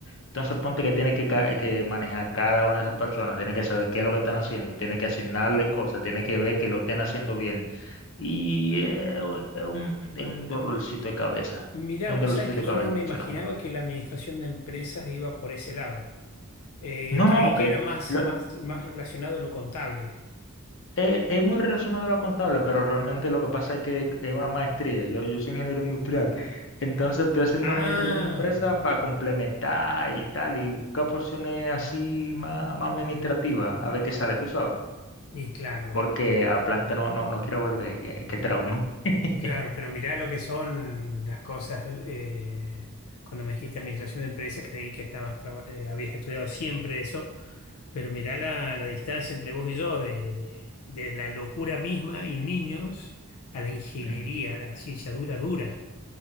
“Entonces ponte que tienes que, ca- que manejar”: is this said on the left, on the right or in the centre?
Left